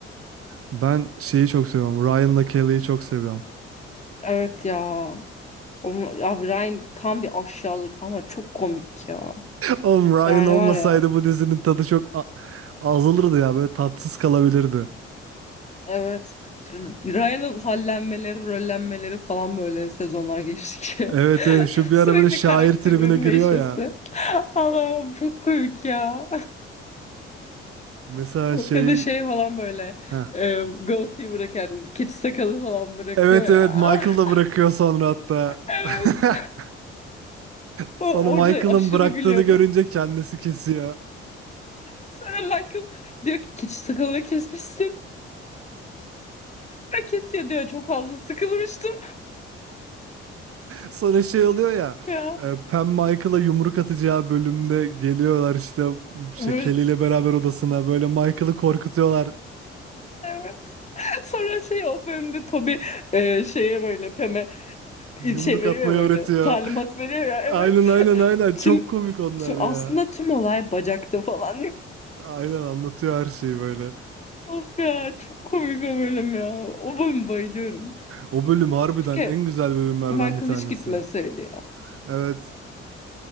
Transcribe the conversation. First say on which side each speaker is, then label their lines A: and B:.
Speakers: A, on the right (about 45°); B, on the left (about 20°).
A: ben şeyi çok seviyorum. Ryan'la Kelly'yi çok seviyorum.
B: Evet ya. Onu, ya Ryan tam bir aşağılık ama çok komik ya.
A: Oğlum Ryan
B: Yani
A: olmasaydı
B: var ya
A: bu dizinin tadı çok a- azalırdı ya. Böyle tatsız kalabilirdi.
B: evet Ryan'ın hallenmeleri, rollenmeleri falan böyle sezonlar geçtikçe
A: Evet
B: <laughs>
A: evet şu bir
B: sürekli
A: ara böyle şair
B: karakterinin
A: tribine giriyor
B: değişmesi.
A: ya.
B: Allah'ım çok komik ya.
A: Mesela şey...
B: Ya da şey falan böyle
A: Heh.
B: e, goatee bırakan keçi sakalı falan bırakıyor
A: Evet evet
B: ya.
A: Michael
B: <laughs>
A: da bırakıyor sonra hatta.
B: Evet.
A: <laughs> Sonra
B: O,
A: Michael'ın
B: orada aşırı
A: bıraktığını
B: gülüyorum.
A: görünce kendisi kesiyor.
B: Sonra Michael diyor ki keçi sakalını kesmişsin. "Ha, kesiyor diyor çok fazla sıkılmıştım.
A: Sonra şey oluyor ya.
B: Ya.
A: e, Pam Michael'a yumruk atacağı bölümde geliyorlar işte
B: Evet.
A: şey, Kelly ile beraber odasına böyle Michael'ı korkutuyorlar.
B: Evet. Sonra şey o bölümde Toby e, şeye böyle Pem'e
A: Yumruk
B: şey veriyor
A: atmayı
B: ya böyle
A: öğretiyor.
B: talimat veriyor ya evet.
A: Aynen aynen aynen
B: Tüm,
A: çok komik onlar
B: tüm
A: ya.
B: aslında tüm olay bacakta falan. <laughs>
A: Aynen anlatıyor her şeyi böyle.
B: Of ya çok komik o bölüm ya. O bölüm bayılıyorum.
A: O bölüm harbiden
B: Keşke
A: en güzel bölümlerden
B: Michael
A: bir tanesi.
B: hiç gitmeseydi ya.
A: Evet.